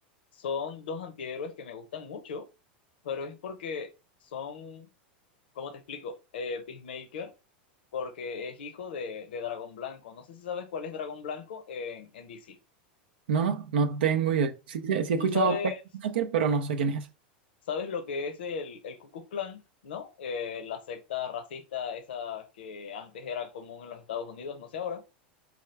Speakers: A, on the left; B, on the right.
A: son dos antihéroes que me gustan mucho, pero es porque son, ¿cómo te explico? Eh, Peacemaker, porque es hijo de, de Dragón Blanco. No sé si sabes cuál es Dragón Blanco en, en DC.
B: No, no, no tengo idea. Sí, sí, sí he
A: ¿Tú
B: escuchado
A: sabes?
B: Peacemaker, pero no sé quién es ese.
A: ¿Sabes lo que es el, el Ku Klux Klan, no? Eh, la secta racista esa que antes era común en los Estados Unidos, no sé ahora.